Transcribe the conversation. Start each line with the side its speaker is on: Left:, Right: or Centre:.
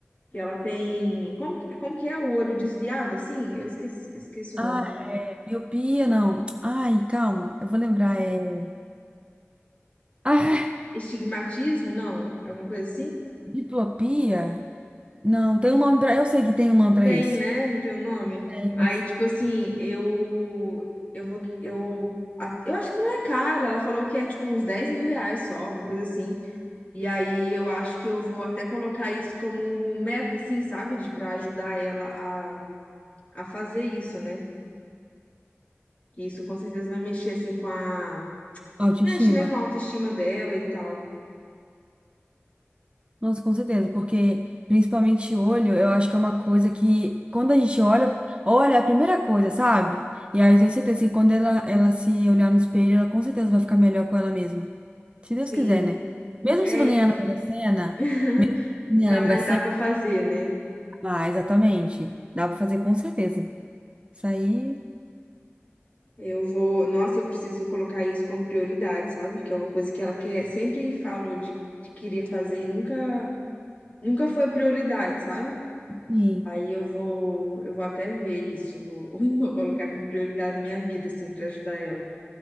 Left: Que ela tem. Como, como que é o olho desviado, assim? Eu esqueci, esqueci
Right: Ai,
Left: o nome.
Right: miopia, não. Ai, calma, eu vou lembrar. É. Ah,
Left: Estigmatismo? Não? Alguma coisa assim?
Right: diplopia? Não, tem um nome pra. Eu sei que tem um nome pra
Left: Tem,
Right: isso.
Left: né? Não tem o nome.
Right: É,
Left: Aí,
Right: mas
Left: tipo assim, eu. Eu vou. Eu, a- eu acho que não é caro. Ela falou que é tipo uns 10 mil reais só, uma coisa assim. E aí eu acho que eu vou até colocar isso como meta, assim, sabe? De, pra ajudar ela a, a fazer isso, né? Que isso com certeza vai mexer, assim, com a.
Right: autoestima.
Left: Mexe, né? Com a autoestima dela e tal.
Right: Nossa, com certeza, porque principalmente olho, eu acho que é uma coisa que quando a gente olha, olha é a primeira coisa, sabe? E aí eu tenho certeza que quando ela, ela se olhar no espelho, ela com certeza vai ficar melhor com ela mesma. Se Deus
Left: Sim.
Right: quiser, né? Mesmo
Left: É,
Right: se não ganhar
Left: e-
Right: na Mega Sena,
Left: <laughs>
Right: ganhar
Left: dá,
Right: na Mega
Left: mas
Right: Sena,
Left: dá pra fazer, né?
Right: ah, exatamente. Dá pra fazer com certeza. Isso aí,
Left: Eu vou, nossa, eu preciso colocar isso como prioridade, sabe? Que é uma coisa que ela quer, sempre falou de que queria fazer e nunca, nunca foi prioridade, sabe?
Right: e
Left: Aí eu vou, eu vou até ver isso, vou, <laughs> vou colocar como prioridade na minha vida, assim, pra ajudar ela.